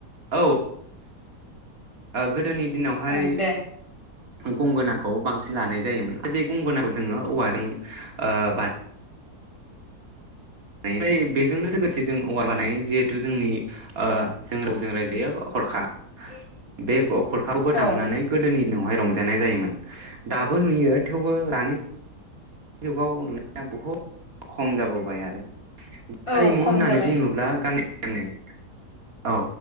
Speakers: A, on the right; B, on the left.
A: औ गोदोनि दिनावहाय
B: ओ दे
A: गंगोनाखौ बांसिन लानाय जायोमोन आरो बे गंगोनाखौ जोङो औवाजों बानायनाय ओफ्राय बेजोंनो लोगोसे जों औवा लानाय जिहेथु जोंनि जों रावजों रायज्लायो हरखा बे खरखाबो
B: औ
A: दामनानै गोदोनि दिनावहाय रंजायो जानाय जायोमोन दाबो नुयो थेवबो दानि जुगाव नुनाया बुहुत खम जाबोबाय आरो
B: औ
A: हारिमु
B: खम
A: होननानै
B: जाबाय
A: बुङोब्ला गाननाय <inaudible> औ